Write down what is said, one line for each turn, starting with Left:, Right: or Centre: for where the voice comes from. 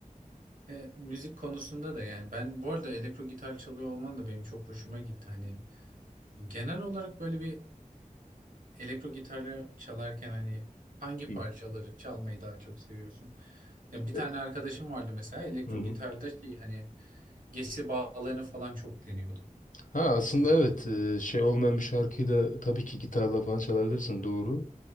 Right: e, müzik konusunda da yani ben bu arada elektro gitar çalıyor olman da benim çok hoşuma gitti. Hani Genel olarak böyle bir elektro gitarı çalarken hani hangi
Left: Hı.
Right: parçaları çalmayı daha çok seviyorsun? Ya bir
Left: E,
Right: tane arkadaşım vardı mesela elektro
Left: Hı hı.
Right: gitarda şey hani gesi bağlarını falan çok deniyordu.
Left: Ha aslında
Right: Yani-
Left: evet e, şey olmayan bir şarkıyı da tabii ki gitarla falan çalabilirsin doğru.